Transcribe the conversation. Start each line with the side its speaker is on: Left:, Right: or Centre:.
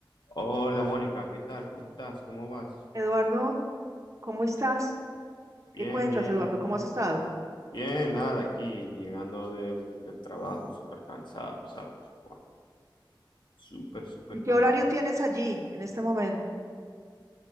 Left: Hola Mónica, ¿qué tal? ¿Cómo estás? ¿Cómo vas?
Right: Eduardo, ¿cómo estás?
Left: Bien,
Right: ¿Qué cuentas,
Left: bien,
Right: Eduardo?
Left: bien,
Right: ¿Cómo has estado?
Left: bien. Bien, nada, aquí llegando del, del trabajo, súper cansado, ¿sabes? Buah, súper, súper
Right: ¿Y
Left: cansado.
Right: qué horario tienes allí en este momento?